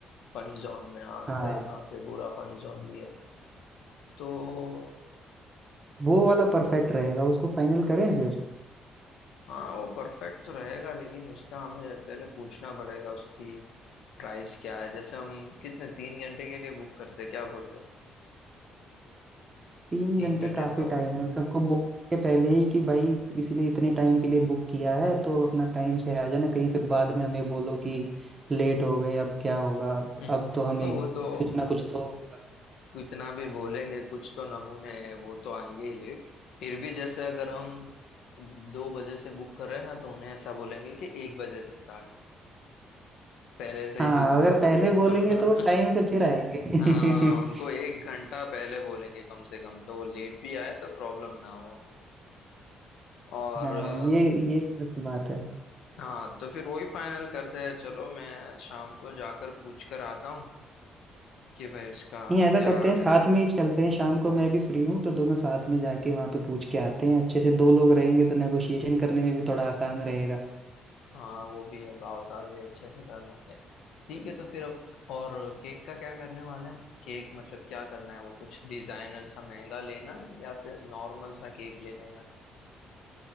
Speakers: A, on the left; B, on the right.
A: फन जोन में हाँ
B: हाँ
A: सही बात है पूरा फन जोन भी है तो
B: वो वाला परफेक्ट रहेगा उसको फाइनल करें फिर
A: हाँ वो परफेक्ट तो रहेगा लेकिन उसका हमें पहले पूछना पड़ेगा उसकी प्राइस क्या है जैसे हम कितने तीन घंटे के लिए बुक करते हैं, क्या बोलते हैं
B: तीन
A: तीन
B: घंटे
A: घंटे
B: काफी
A: तो
B: टाइम है सबको बोलने के पहले ही कि भाई इसलिए इतने टाइम के लिए बुक किया है तो अपना टाइम से आ जाना कहीं फिर बाद में हमें बोलो कि लेट हो गए अब क्या होगा
A: हम्म,
B: अब
A: <laughs>
B: तो हमें
A: वो तो
B: कुछ ना कुछ तो होगा।
A: कितना भी बोलेंगे कुछ तो नमूने हैं वो तो आएंगे ही लेट फिर भी जैसे अगर हम दो बजे से बुक कर रहे हैं ना तो उन्हें ऐसा बोलेंगे कि एक बजे से स्टार्ट है पहले से
B: हाँ
A: ही झूठ
B: अगर
A: बोल
B: पहले
A: देंगे
B: बोलेंगे
A: तो <laughs>
B: तो वो टाइम से फिर आएंगे
A: आ,
B: <laughs>
A: उनको एक घंटा पहले बोलेंगे कम से कम तो वो लेट भी आए तो प्रॉब्लम ना हो और
B: हाँ
A: अ,
B: ये ये मस्त बात है
A: हाँ तो फिर वही फाइनल करते हैं चलो मैं शाम को जाकर पूछ कर आता हूँ कि भाई इसका
B: नहीं ऐसा
A: क्या
B: करते हैं
A: ले
B: साथ में ही चलते हैं शाम को मैं भी फ्री हूँ तो दोनों साथ में जाके वहाँ पे पूछ के आते हैं अच्छे से दो लोग रहेंगे तो नेगोशिएशन करने में भी थोड़ा आसान रहेगा
A: हाँ वो भी है भाव ताल भी अच्छे से कर लेंगे ठीक है तो फिर अब और केक का क्या करने वाले हैं हम केक मतलब क्या करना है वो कुछ डिजाइनर सा महंगा लेना है या फिर नॉर्मल सा केक ले लेना है?